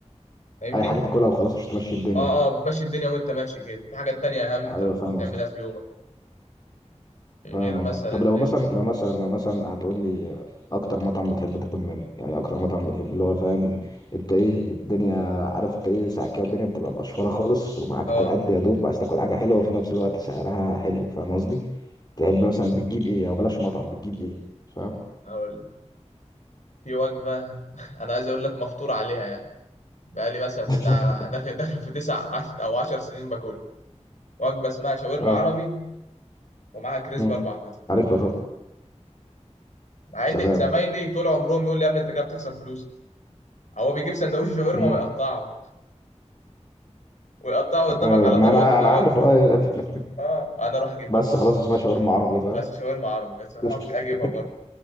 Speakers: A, on the left; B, on the left.
A: فاهمني
B: أي حاجة تاكلها وخلاص عشان تمشي الدنيا
A: اه اه بتمشي الدنيا وانت ماشي كده في حاجات تانية اهم
B: أيوه
A: انت المفروض
B: فاهم
A: تعملها
B: قصدك
A: في يومك غير
B: فاهم
A: مثلا
B: قصدك طب
A: ال...
B: لو مثلا لو مثلا لو مثلا هتقول لي اكتر مطعم بتحب تاكل منه يعني اكتر مطعم بتحب اللي هو فاهم انت ايه الدنيا عارف انت ايه ساعات كده الدنيا بتبقى مقشفره خالص ومعاك
A: اه
B: على قد يا دوب عايز تاكل حاجه حلوه وفي نفس الوقت سعرها حلو فاهم قصدي تحب
A: في
B: مثلا بتجيب ايه او بلاش مطعم بتجيب ايه فاهم
A: اقول في وجبة <laughs> انا عايز اقول لك مفطور عليها يعني بقالي مثلا
B: <laughs>
A: بتاع داخل داخل في تسع عش- او عشر سنين باكلها وجبة اسمها شاورما
B: اه
A: عربي ومعاها كريسب
B: مم.
A: اربع قطع
B: عارفها طبعا
A: مع
B: سلام
A: ان زمايلي طول عمرهم يقول لي يا ابني انت كده بتخسر فلوسك هو بيجيب سندوتش شاورما
B: مم.
A: ويقطعه ويقطعه قدامك
B: آه،
A: على
B: ما
A: طبق
B: انا
A: وتبقى
B: انا عارف
A: وجبة
B: اه الفكرة في كده.
A: اه انا اروح اجيبها
B: بس
A: برضه
B: خلاص اسمها شاورما عربي فاهم
A: بس شاورما عربي بس اروح
B: <laughs>
A: أكل- اجيبها برضه